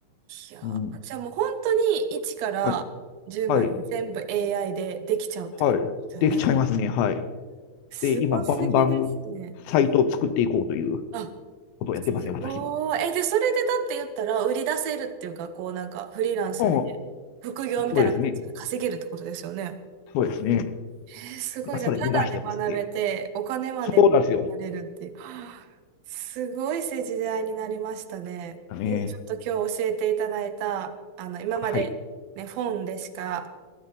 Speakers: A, on the right; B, on the left.
A: いやー、
B: うん、
A: じゃあもう本当に1から10まで全部
B: はい、はい、
A: AI でできちゃうってことですよね。
B: はい。できちゃいますね、はい。
A: すごすぎですね。
B: で、今、バンバンサイトを作っていこうという
A: あ、
B: ことをやってますね、私も。
A: おー、え、で、それでだって言ったら、売り出せるっていうか、こうなんか、フリーランスで、
B: うん、
A: 副業みたいな感じで稼げるってことですよね。
B: そうですね、そうですね。
A: えすごい、
B: まあ、
A: じゃあ、
B: それ目指してますね。
A: ただで学べて、お金までやれるっていう。
B: そうなんですよ。
A: はあすごい時代になりましたね。
B: だね。
A: え、ちょっと今日教えていただいた、あの、今までね、
B: はい。
A: 本でしか、